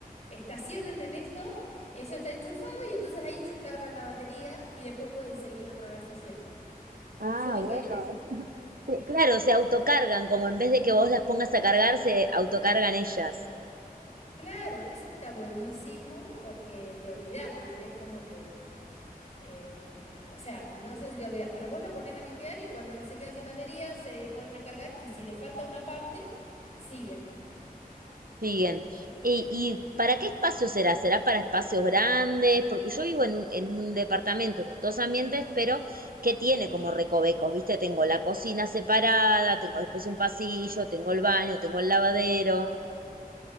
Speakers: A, on the left; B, on the right.
A: Estacionan en eso, ellos está enchufado y entonces ahí se cargan la batería y después pueden seguir otra vez haciendo.
B: Ah,
A: Yo vi
B: bueno.
A: que hay de eso.
B: Sí, claro, se autocargan, como en vez de que vos las pongas a cargar, se autocargan ellas.
A: Claro, eso está buenísimo porque te olvidás, ¿viste? Es como que, eh, o sea, no sé si te olvidás, pero vos la pones a limpiar y cuando se quedan sin batería se ponen a cargar y si le falta una parte, siguen.
B: siguen. ¿Y, y para qué espacio será? ¿Será para espacios grandes? Porque yo vivo en un, en un departamento, en dos ambientes, pero que tiene como recovecos, ¿viste? Tengo la cocina separada, tengo después un pasillo, tengo el baño, tengo el lavadero.